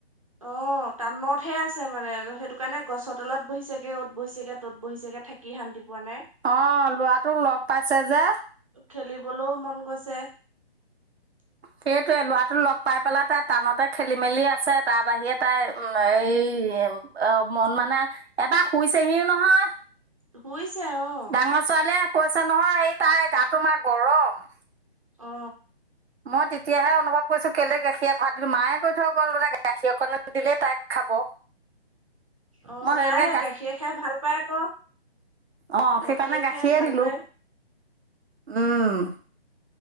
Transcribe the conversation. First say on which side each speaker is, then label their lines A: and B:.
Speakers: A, on the right; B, on the right.
A: আহ তাটনত সেয়া আছে মানে সেইটো কাৰণে গছৰ তলত বহিছেগে অত বহিছেগে তত বহিছেগে থাকি শান্তি পোৱা নাই
B: অ লৰাটো লগ পাইছে যে।
A: খেলিবলৈও মন গৈছে <unintelligible>
B: সেইটোৱে ল'ৰাটো লগ পাই পেলাই তাই কানতে খেলি মেলি আছে তাৰ বাহিৰে তাই এই অ মন মানে এটা শুই চেহিও নহয়
A: শুইছে অ
B: ডাঙৰ ছোৱালীয়ে কৈছে নহয় এই তাই গাটো মা গৰম
A: অ
B: মই তেতিয়াহে অনুভৱ কৰিছো কেলে গাখীৰ ভাত দিলো, মায়ে কৈ থৈ গল বোলে গাখীৰ অকণ দিলে তাইক খাব
A: অ
B: মই সেইকাৰণে
A: তাই সেই গাখীৰ খাই ভাল পাই আকৌ।
B: আহ
A: গাখীৰ
B: সেইকাৰণে গাখীয়ে
A: খাই ভাল
B: দিলো
A: পায়
B: উম